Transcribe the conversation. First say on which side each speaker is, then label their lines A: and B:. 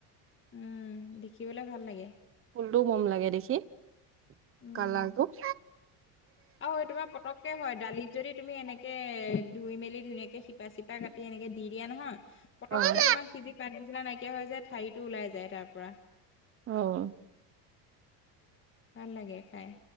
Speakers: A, on the left; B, on the right.
A: উম, দেখিবলে ভাল লাগে।
B: ফুলটো মৰম লাগে দেখি,
A: উম।
B: কালাৰটো।
A: আৰু এই তোমাৰ পতককে হয় দালিত যদি তুমি এনেকে, ধুই মেলি ধুনীয়াকে শিপা চিপা কাটি তেনেকে দি দিয়া নহয়, পটককে
B: অ ভাল
A: তোমাৰ সিজি পাত <unintelligible> নাইকিয়া হৈ যায় ঠাৰিটো ওলাই যায় তাৰ পৰা।
B: অহ।
A: ভাল লাগে খাই।